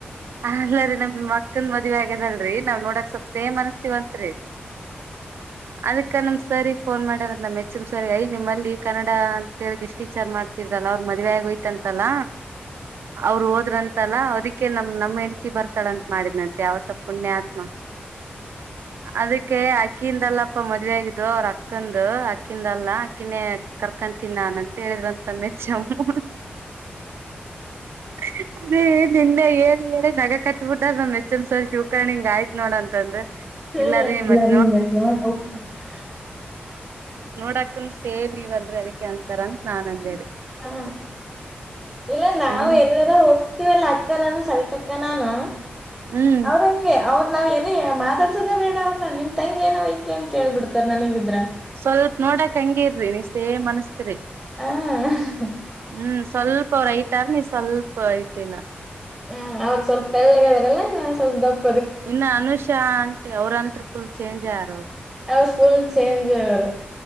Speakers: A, on the right (about 80°); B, in the centre.
A: ಅಲ್ಲ ರೀ ನಮ್ ಮಕ್ಕನ್ ಮದ್ವೆ ಆಗ್ಯದಲ್ ರೀ ನಾವ್ ನೋಡಕ್ ಸ್ವಲ್ಪ ಸೇಮ್ ಅನ್ಸತೀವಂತ್ರಿ ಅದಕ್ ಈಕ್ಕ ನಮ್ ಸರಿಗ್ ಫೋನ್ ಮಾಡ್ಯಾರಂತ ನಮ್ಮ ಹೆಚ್ ಎಂ ಸರಿಗ್ ಐ ನಿಮ್ಮಲ್ಲಿ ಕನ್ನಡ ಅಂತ ಹೇಳಿ ಗೆಸ್ಟ್ ಟೀಚರ್ ಮಾಡ್ತಿದ್ರಲ್ಲ ಅವ್ರ್ ಮದ್ವೆ ಆಗೋಯ್ತಂತಲ್ಲ ಅವ್ರು ಹೋದ್ರನ್ ತಲ್ಲ ಅದಿಕ್ಕೆ ನಮ್ ನಮ್ ಹೆಂಡತಿ ಬರ್ತಾಳಂತ್ ಮಾಡಿದ್ನಂತ್ ಯಾವತ್ತೊ ಪುಣ್ಯಾತ್ಮ ಅದಿಕ್ಕೆ ಅಕ್ಕಿಯಿಂದಲ್ಲಪ್ಪ ಮದುವೆ ಆಗಿದ್ದು ಅವ್ರ ಅಕ್ಕಂದು ಕಿಂದಲ್ಲ ಆಕಿನೇ ಕರ್ಕೊಂತೀನಿ ನಾನ್ ಅಂತ್ ಹೇಳಿದ್ರಂತ್ ನಮ್ ಎಚ್ ಎಮ್ಮು ಹ್ ಹ್ ಅದೇ ನಿನ್ನೆ ಎ ಹೇಳಿ ನಗಕತ್ತ್ ಬಿಟ್ಟಾರ್ ನಮ್ ಎಚ್ ಎಂ ಸರ್ ಗ್ಯು ಕಣ ಹಿಂಗಾಯ್ತ್ ನೋಡ್ ಅಂತಂದು
B: ಹ್ಮ
A: ಇಲ್ಲರೀ ಮತ್
B: <unintelligible>
A: ನೋಡಾಕುನು ಸೇಮ್ ಇವಲ್ರಿ ಅದಕ್ಕೆ ಅಂತಾರಂತ್ ನಾನ್ ಅಂದೇರಿ.
B: ಹಾ ಇಲ್ಲ ನಾವು
A: ಹ್ಮ್
B: ಎಲ್ಲರ ಹೋಗ್ತಿವಲ್ಲ ಅಕ್ಕ ನಾನು ಸವಿತಕ್ಕ ನಾನು
A: ಹ್ಮ್
B: ಅವ್ರ್ ಹಂಗೆ ಅವ್ರ್ ನಾವ್ ಏನೇ ಮಾತಾಡ್ಸೋದೇ ಬೇಡ ಅವ್ರ್ನ ನಿಮ್ ತಂಗಿ ಏನವ್ವ ಈಕಿ ಅಂತ ಕೇಳ್ಬಿಡ್ತಾರ್ ನನಿಗಿನ್
A: ಸ್ವಲ್ಪ ನೋಡಕ್ ಹಿಂಗೇ ಇದ್ದೀರಿ ನೀವ್ ಸೆಮ್ ಅನಿಸ್ತಿರಿ.
B: ಹ
A: ಹ್ಮ್ ಸ್ವಲ್ಪ ಅವ್ರ್ ಹೈಟರ್ ನೀವು ಸ್ವಲ್ಪ ಹೈಟಿಲ್ಲ.
B: ಹ್ಮ್ ಅವ್ರ್ ಸ್ವಲ್ಪ ತಳ್ಳಗದರ್ ಲ್ಲ ನೀವ್ ಸ್ವಲ್ಪ್ ದಪ್
A: ಇನ್ನ ಅನುಷ ಅಂಟಿ ಅವ್ರಂತ್ರು ಫುಲ್ ಚೇಂಜೆ ಆರ್ ಅವ್ರ್
B: ಅವ್ರ್ ಫುಲ್ ಚೇಂಜ್ ಆವ್ರು.